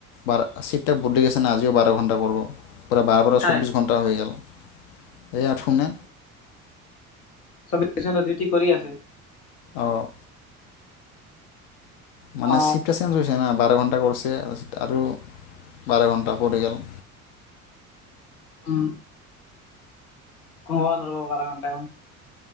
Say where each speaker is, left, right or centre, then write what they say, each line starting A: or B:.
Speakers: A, on the left; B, on the left.
A: বাৰ চিটটা বদি গৈছে না, আজিও বাৰ ঘণ্টা কৰব পায় বাৰ বাৰ
B: কাই
A: চৌবিশ ঘণ্টা হৈ গেল। এই আঠুনে।
B: চ ডীউটি কৰি আছে?
A: অ' মানে
B: অ
A: চিফটা চেঞ্জ হৈছে না, বাৰ ঘণ্টা টা কৰিছে আৰু বাৰ ঘণ্টা পৰি গেল।
B: হুম। অ' নব বাৰ ঘণ্টাখন।